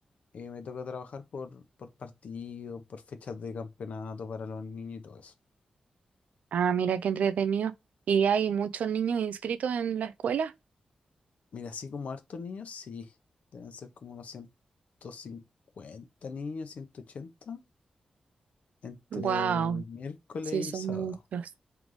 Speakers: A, on the left; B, on the right.
A: eh, me toca trabajar por, por partido, por fechas de campeonato para los niños y todo eso.
B: ah, mira, qué entretenido. ¿Y hay muchos niños inscritos en la escuela?
A: Mira, así como hartos niños, sí. Deben ser como unos 150 niños, ciento ochenta Entre
B: Wow,
A: miércoles
B: sí, son
A: y sábado.
B: muchos.